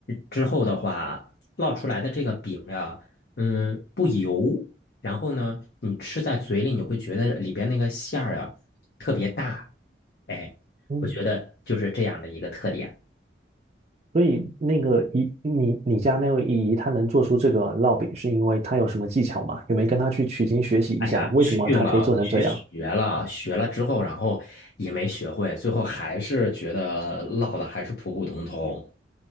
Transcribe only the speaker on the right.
嗯，
所以那个姨，你你家那位姨姨，她能做出这个烙饼，是因为她有什么技巧吗？有没有跟她去取经学习一下，
为什么她可以做成这样？